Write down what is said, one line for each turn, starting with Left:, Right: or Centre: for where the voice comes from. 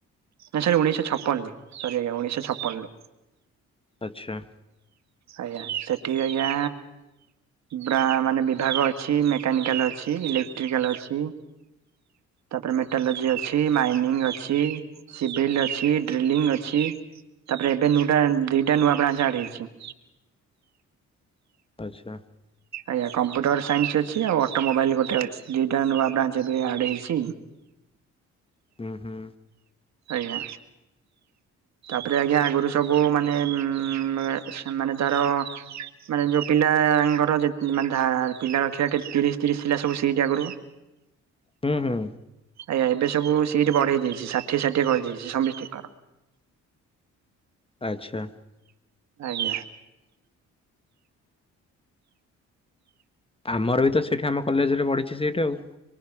Right: ନାଁ ସାର୍ ଉଣେଇଶହ ଛପନ ରୁ ସରି ଆଜ୍ଞା ଉଣେଇଶ ଛପନରୁ।
Left: ଆଚ୍ଛା।
Right: ଆଜ୍ଞା। ସେଠି ଆଜ୍ଞା ବ୍ରା ମାନେ ବିଭାଗ ଅଛି ମେକାନିକାଲ୍ ଅଛି ଇଲେକ୍ଟ୍ରିକାଲ୍ ଅଛି। ତାପରେ ମେଟାଲୋଜି ଅଛି ମାଇନିଂ ଅଛି। ସିଭିଲ୍ ଅଛି ଡ୍ରିଲିଂ ଅଛି। ତାପରେ ଏବେ ନୂଟା ଦିଟା ନୂଆ ବ୍ରାଞ୍ଚ ଆଡ୍ ହେଇଛି।
Left: ଆଚ୍ଛା।
Right: ଆଜ୍ଞା। କମ୍ପ୍ୟୁଟର ସାଇନ୍ସ ଅଛି, ଆଉ ଅଟୋମୋବାଇଲ ଗୋଟେ ଅଛି ଦିଇଟା ନୂଆ ବ୍ରାଞ୍ଚ ଏବେ ଆଡ୍ ହେଇଛି।
Left: ଉଁ ହୁଁ।
Right: ଆଜ୍ଞା। ତାପରେ ଆଜ୍ଞା ଆଗରୁ ସବୁ ମାନେ ଉମ୍ ମାନେ ତାର ମାନେ ଯୋଉ ପିଲାଙ୍କର ମାନେ ଧା ପିଲା ରଖିବା ତିରିଶ ତିରିଶ ଥିଲା ସବୁ ସିଟ୍ ଆଗରୁ।
Left: ହୁଁ ହୁଁ।
Right: ଆଜ୍ଞା। ଏବେ ସବୁ ସିଟ୍ ବଢେଇ ଦେଇଚି ଷାଠିଏ ଷାଠିଏ କରିଦେଇଚି ସମସ୍ତିଙ୍କର।
Left: ଆଚ୍ଛା।
Right: ଆଜ୍ଞା।
Left: ଆମର ବି ତ ସେଇଠି ଆମ କଲେଜରେ ବଢିଛି ସିଟ୍ ଆଉ।